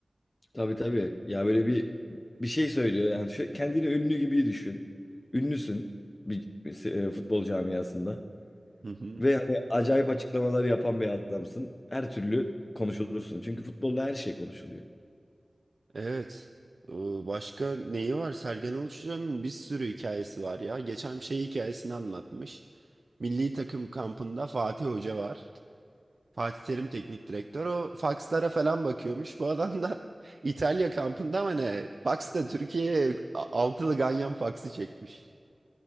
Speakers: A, on the left; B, on the right.
A: Tabii tabii. Ya böyle bir bir şey söylüyor yani şu, kendini ünlü gibi düşün. Ünlüsün bir e, futbol camiasında
B: Hı hı.
A: ve hani acayip açıklamalar yapan bir adamsın. Her türlü konuşulursun. Çünkü futbolda her şey konuşuluyor.
B: Evet. Ee, Başka neyi var? Sergen Yalçın'ın bir sürü hikayesi var ya. Geçen şey hikayesini anlatmış. Milli takım kampında Fatih Hoca var. Fatih Terim teknik direktör o fakslara falan bakıyormuş. Bu adam da <laughs> İtalya kampında mı ne? Faksta Türkiye'ye a- altılı ganyan faksı çekmiş.